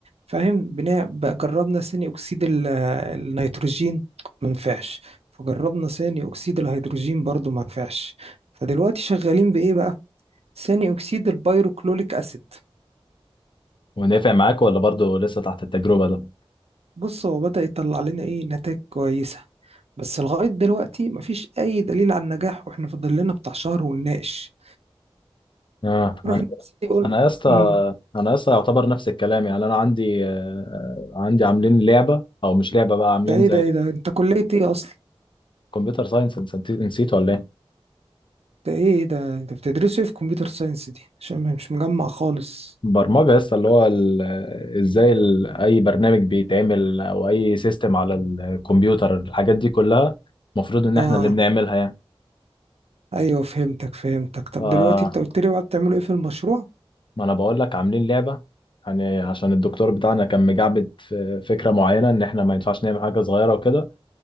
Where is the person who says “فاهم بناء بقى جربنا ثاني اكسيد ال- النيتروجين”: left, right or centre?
Right